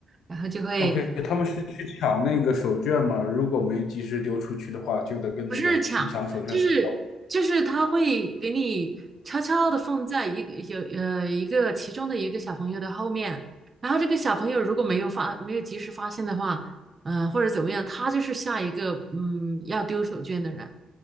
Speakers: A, on the right; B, on the left.
A: 然后就会
B: OK，他们是去抢那个手绢嘛？如果没及时丢出去的话，就得跟那个去抢手绢的叫
A: 不是抢，就是就是他会给你悄悄的放在一个有呃一个其中的一个小朋友的后面，然后这个小朋友如果没有发没有及时发现的话，嗯、或者怎么样，他就是下一个嗯要丢手绢的人，